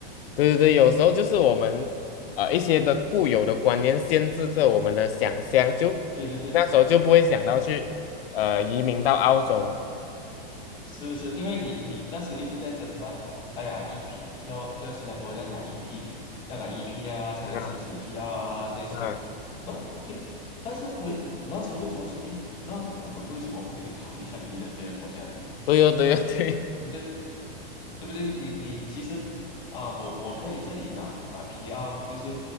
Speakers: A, on the left (about 75°); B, on the left (about 15°).
A: 对对对，有时候就是我们呃一些的固有的观念限制着我们的想象，就那时候就不会想到去呃移民到澳洲。
B: 对对对，是是，因为你你那时一直在挣扎，哎呀，EP 要在新加坡要拿 EP，要拿 EP 啊，才能申请
A: 嗯
B: PR 啊这些。
A: 嗯，
B: 然后诶，但是为那时候为什么想，诶，那我们为什么不可以考虑一下别的别的国家？呢？
A: 对哦对哦对
B: 对不对？对不对？你你其实啊、我我可以这里拿拿 PR，就是